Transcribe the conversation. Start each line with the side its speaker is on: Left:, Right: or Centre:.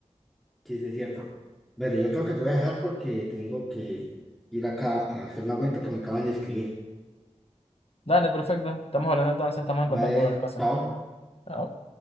Centre: Sí, sí, es cierto. Bueno, yo creo que te voy a dejar porque tengo que ir acá a hacer una vuelta que me acaban de escribir.
Left: Dale, perfecto. Estamos hablando entonces, estamos en
Centre: Vale,
Left: contacto con la cosa.
Centre: chao.
Left: Chao.